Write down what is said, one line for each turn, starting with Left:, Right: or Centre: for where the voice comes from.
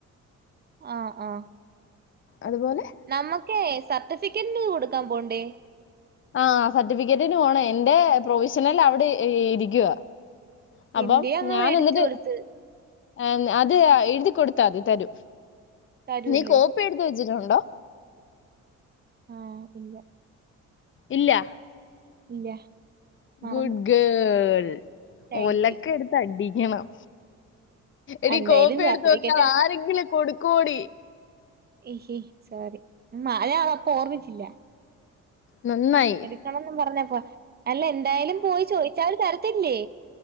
Right: ആഹ് ആഹ്.
Left: അത്പോലെ.
Right: നമ്മക്കേ സർട്ടിഫിക്കേറ്റിനിത് കൊടുക്കാൻ പോണ്ടേ.
Left: ആഹ് സർട്ടിഫിക്കറ്റിന് പോണേ എന്റെ പ്രൊവിഷണൽ അവിടെ ഇ ഇരിക്ക്യുവാ. അപ്പം
Right: എന്റെ അങ്ങ്
Left: ഞാനെന്നിട്ട്.
Right: മേടിച്ചു കൊടുത്ത്
Left: എം അത് ആ എഴുതി കൊടുത്താതി തരും
Right: തരുവല്ലേ
Left: നീ കോപ്പി എടുത്ത് വെച്ചിട്ടുണ്ടോ?
Right: ആഹ് ഇല്ല.
Left: ഇല്ല.
Right: ഇല്ല. മറന്നു
Left: ഗുഡ് ഗേൾ
Right: താങ്ക്
Left: ഒലക്കെ
Right: യു
Left: എടുത്ത് അടിക്കണം എടി
Right: എന്തായാലും
Left: കോപ്പി
Right: സർട്ടിഫിക്കറ്റ്
Left: എടുത്ത് വെക്കാതെ ആരെങ്കിലും കൊടുക്കൊടി
Right: ഹിഹി സോറി മായാളൊപ്പൊ ഓർമ്മിച്ചില്ല
Left: നന്നായി
Right: കിട്ടണന്ന് പറഞ്ഞപ്പോ അല്ല എന്തായാലും പോയി ചോയിച്ചാല് തരത്തില്ലേ